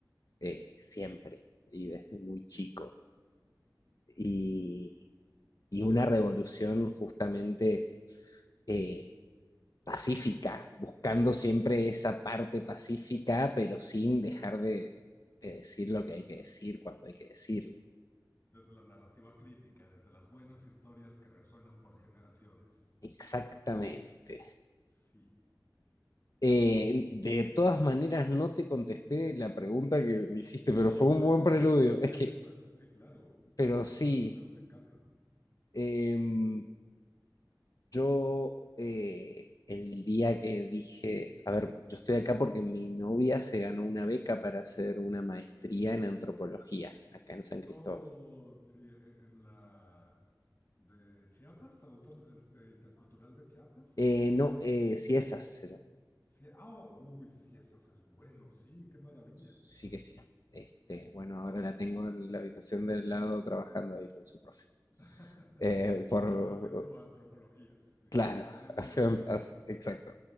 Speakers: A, on the left; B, on the left.
A: eh, siempre y desde muy chico. Y, y una revolución justamente... eh, pacífica, buscando siempre esa parte pacífica, pero sin dejar de, de decir lo que hay que decir cuando hay que decirlo.
B: Desde la narrativa crítica, desde las buenas historias que resuenan por generaciones.
A: Exactamente.
B: Sí, sí, sí, sí.
A: Eh, de todas maneras, no te contesté la pregunta que me hiciste, pero
B: No,
A: fue un
B: e-
A: buen preludio.
B: es contexto,
A: Es que,
B: es sí, claro.
A: pero
B: Los
A: sí,
B: preludios me encantan.
A: em, yo eh, el día que dije, a ver, yo estoy acá porque mi novia se ganó una beca para hacer una maestría en antropología acá en San Cristóbal.
B: Oh, sí, e- e- en la de Chiapas, Autónoma, este, Intercultural de Chiapas.
A: Eh, no, eh, Ciesas se llama.
B: Sí, ah, oh, uy, sí, esas es bueno, sí, qué maravilla.
A: Sí que sí. Este,
B: Sí.
A: bueno, ahora la tengo en la habitación del lado trabajando ahí con su profe.
B: <laughs>
A: Eh, por,
B: Claro, haciendo antropologías, sí,
A: claro,
B: cuestionando
A: <laughs> hace,
B: la humanidad.
A: hace- exacto.